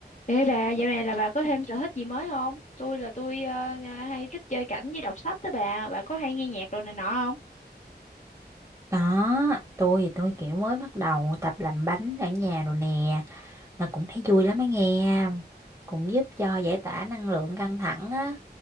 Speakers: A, on the left (about 40°); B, on the right (about 15°).
A: Ê bà, dạo này là bà có thêm sở thích gì mới không? Tôi là tôi ờ, à, hay thích chơi cảnh với đọc sách đó bà. Bà có hay nghe nhạc đồ này nọ không?
B: Đó, tôi thì tôi kiểu mới bắt đầu tập làm bánh ở nhà rồi nè, mà cũng thấy vui lắm á nghe, cũng giúp cho giải tỏa năng lượng căng thẳng á.